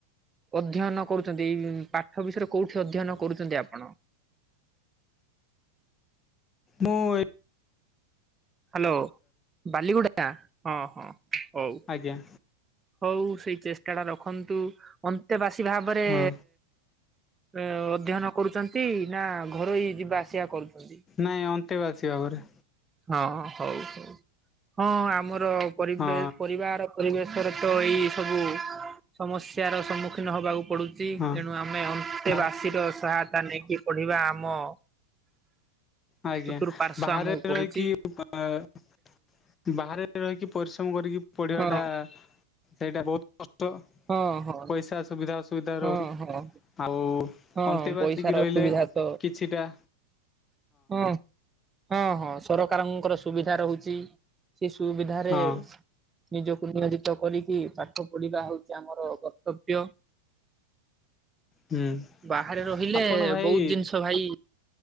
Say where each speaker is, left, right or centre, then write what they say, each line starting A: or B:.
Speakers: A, on the right; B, on the left.
A: ଅଧ୍ୟୟନ କରୁଚନ୍ତି ଶଏଇ ପାଠ ବିଷୟରେ କୋଉଠି ଅଧ୍ୟୟନ କରୁଚନ୍ତି ଆପଣ?
B: ମୁଁ ଏଇ
A: ହାଲୋ ବାଲିଗୁଡା, ହଁ ହଁ ହଉ।
B: ଆଜ୍ଞା।
A: ହଉ ସେଇ ଚେଷ୍ଟା ଟା ରଖନ୍ତୁ, ଅନ୍ତେବାସୀ ଭାବରେ
B: ହଁ
A: ଅଧ୍ୟୟନ କରୁଚନ୍ତି, ନା ଘରୋଇ ଯିବା ଆସିବା କରୁଚନ୍ତି।
B: ନାଇଁ ଅନ୍ତେକୁ ଆସିବା ପରେ।
A: ହଁ ହଉ ହ ହଁ ଆମର ପରିବ
B: ହଁ
A: ପରିବାର ପରିବେଶରେ ତ ଏଇ ସବୁ ସମସ୍ୟାର ସମ୍ମୁଖୀନ ହବାକୁ ପଡ଼ୁଛି
B: ହଁ
A: ଏଣୁ ଆମେ ଅନ୍ତେବାସୀର
B: ବାହାରେ
A: ସହାୟତା ନେଇକି ପଢିବା ଆମ
B: ଆଜ୍ଞା
A: ଚତୁଃପାର୍ଶ୍ଵ
B: ବାହାରେ
A: ଆମକୁ କହୁଛି।
B: ରହିକି କି ବାହାରେ ରହିକି ପରିଶ୍ରମ କରିକି ପଢିବା
A: ହଁ
B: ଟା ସେଇଟା ବହୁତ କଷ୍ଟ।
A: ହଁ ହଁ।
B: ପଇସା ସୁବିଧା ଅସୁବିଧା
A: ହଁ
B: ରହୁଛି
A: ହଁ
B: ଆଉ
A: ହଁ
B: ଅନ୍ତେ
A: ପଇସାର
B: ବାସିକି ରହିଲେ
A: ଅସୁବିଧା ତ
B: କିଛିଟା
A: ହଁ ହଁ ହଁ ସରକାରଙ୍କର ସୁବିଧା ରହୁଛି। ସେ ସୁବିଧାରେ
B: ହଁ
A: ନିଜକୁ ନିୟୋଜିତ କରିକି ପାଠ ପଢିବା ହଉଛି ଆମର କର୍ତ୍ତବ୍ୟ।
B: ହୁଁ
A: ବାହାରେ ରହିଲେ
B: ଆପଣ ଭାଇ
A: ବହୁତ ଜିନିଷ ଭାଇ